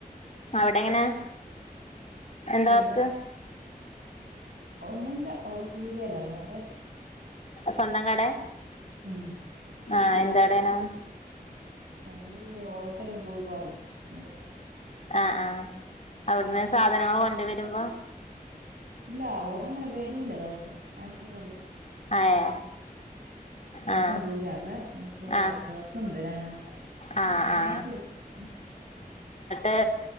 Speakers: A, on the left; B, on the right.
A: അവിടെങ്ങനെ? എന്താവർക്ക്?
B: ഇവിടെ ഒന്നുല്ല അവർ പീടിയാലാള്ളെ.
A: സ്വന്തം കടെ
B: ആഹ്
A: ആഹ് എന്ത് കടയാണ്
B: അത് ഹോട്ടലും കൂൾബാറും ര -
A: ആഹ് ആഹ് അവിടുന്ന്
B: ഉം
A: സാധനങ്ങള് കൊണ്ട് വരുമ്പോ.
B: ഇല്ല ഓർ <unintelligible> <inaudible> ങ്ങനെ വരൂല. ആഴ്ചയിൽ വരും
A: ഏ
B: ലേശം
A: ആ
B: ദൂരെയാ ഉള്ളത് അന്ന് ഇപ്പോ
A: ആ
B: ദെവസം വരായാവില്ല
A: ആ
B: ശനിയാഴ്ച
A: ആ
B: വരും അങ്ങനെ
A: ഏ